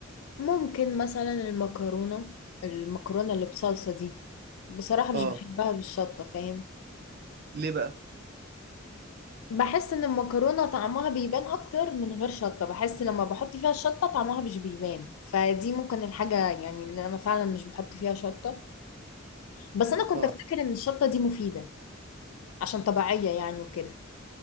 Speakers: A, on the left; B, on the right.
A: ممكن مثلا المكرونه المكرونه اللي بصلصه دي بصراحه مش
B: اه
A: بحبها بالشطه فاهم
B: ليه بقى
A: بحس ان المكرونه طعمها بيبان اكتر من غير شطه بحس لما بحط فيها الشطه طعمها مش بيبان فدي ممكن الحاجه يعني اللي انا فعلا مش بحط فيها شطه بس انا كنت
B: اه
A: افتكر ان الشطه دي مفيده عشان طبيعيه يعني وكده